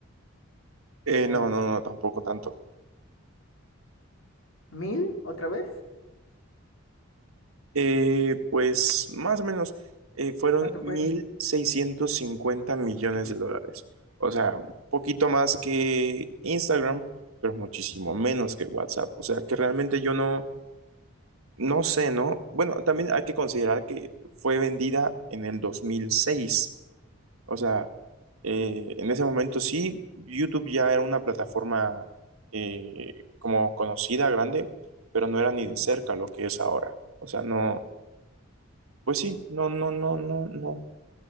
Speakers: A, on the right; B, on the left.
A: Eh,
B: ¿O
A: no, no, no, tampoco tanto.
B: mil otra vez?
A: Eh, pues más o menos eh, fueron
B: ¿Cuánto
A: 1.650
B: fue?
A: millones de dólares. O sea, un poquito más que Instagram, pero muchísimo menos que WhatsApp. O sea, que realmente yo no, no sé, ¿no? Bueno, también hay que considerar que fue vendida en el dos mil seis O sea, eh, en ese momento sí, YouTube ya era una plataforma eh, como conocida, grande, pero no era ni
B: Sí.
A: de cerca lo que es ahora. O sea, no. Pues sí, no, no, no, no, no,